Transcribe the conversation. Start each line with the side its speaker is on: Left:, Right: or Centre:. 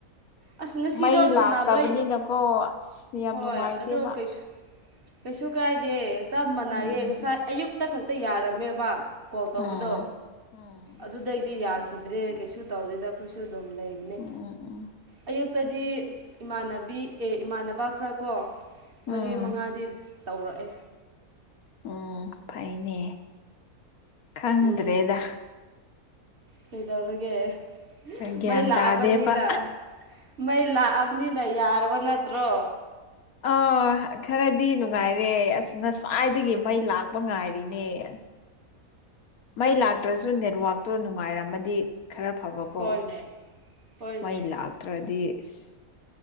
Right: ꯑꯁ ꯉꯁꯤꯗꯣ
Left: ꯃꯩ
Right: ꯁꯥꯟꯅꯕ
Left: ꯂꯥꯛꯇꯕꯅꯤꯅꯀꯣ ꯑꯁ ꯌꯥꯝ
Right: ꯍꯣꯏ
Left: ꯅꯨꯡꯉꯥꯏꯇꯦꯕ
Right: ꯑꯗꯣ ꯀꯩꯁꯨ ꯀꯩꯁꯨ ꯀꯥꯏꯗꯦ ꯆꯞ ꯃꯥꯟꯅꯩꯌꯦ
Left: ꯎꯝ
Right: ꯉꯁꯥꯏ ꯑꯌꯨꯛ ꯍꯇ ꯈꯛꯇ ꯌꯥꯔꯝꯃꯦꯕ ꯀꯣꯜ ꯇꯧꯕꯗꯣ
Left: ꯑꯥ ꯎꯝ
Right: ꯑꯗꯨꯗꯩꯗꯤ ꯌꯥꯈꯤꯗ꯭ꯔꯦ ꯀꯩꯁꯨ ꯇꯧꯗꯦꯗ ꯑꯩꯈꯣꯏꯁꯨ ꯑꯗꯨꯝ ꯂꯩꯕꯅꯦ
Left: ꯎꯝ ꯎꯝ
Right: ꯑꯌꯨꯛꯇꯗꯤ ꯏꯃꯥꯟꯅꯕꯤ ꯑꯦ ꯏꯃꯥꯟꯅꯕ ꯈ꯭ꯔꯥ ꯀꯣ
Left: ꯎꯝ
Right: ꯃꯔꯤ ꯃꯉꯥꯗꯤ ꯇꯧꯔꯛꯑꯦ
Left: ꯎꯝ ꯐꯩꯅꯦ ꯈꯪꯗ꯭ꯔꯦꯗ
Right: ꯎꯝ ꯀꯩꯗꯧꯔꯒꯦ
Left: ꯒ꯭ꯌꯥꯟ
Right: ꯃꯩ ꯂꯥꯛꯑꯕꯅꯤꯅ
Left: ꯇꯥꯗꯦꯕ
Right: ꯃꯩ ꯂꯥꯛꯑꯕꯅꯤ ꯅ ꯌꯥꯔꯕꯥ ꯅꯠꯇ꯭ꯔꯣ
Left: ꯑꯥ ꯈꯔꯗꯤ ꯅꯨꯡꯉꯥꯏꯔꯦ ꯑꯁ ꯉꯁꯥꯏꯗꯒꯤ ꯃꯩ ꯂꯥꯛꯄ ꯉꯥꯏꯔꯤꯅꯦ ꯑꯁ ꯃꯩ ꯂꯥꯛꯇ꯭ꯔꯁꯨ ꯅꯦꯠꯋꯥꯛꯇꯣ ꯅꯨꯡꯉꯥꯏꯔꯝꯃꯗꯤ ꯈꯔ ꯐꯕꯀꯣ
Right: ꯍꯣꯏꯅꯦ ꯍꯣꯏꯅꯦ
Left: ꯃꯩ ꯂꯥꯛ ꯇ꯭ꯔꯗꯤ ꯢꯁ